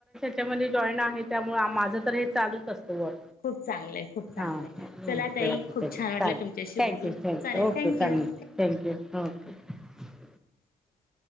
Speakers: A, in the centre; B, on the left.
A: त्या मुली जॉईन आहे त्यामुळे माझं तर हे चालूच असतं वर
B: खूप चांगलंय खूप चांगलंय.
A: हा ओके
B: चला ताई
A: ओके
B: खूप
A: चालेल
B: छान वाटलं तुमच्याशी
A: थँक्यु
B: बोलून.
A: थॅंक्यु
B: चालेल
A: ओके
B: थँक्यू
A: चालेल थँक्यू थॅंक्यू
B: <inaudible>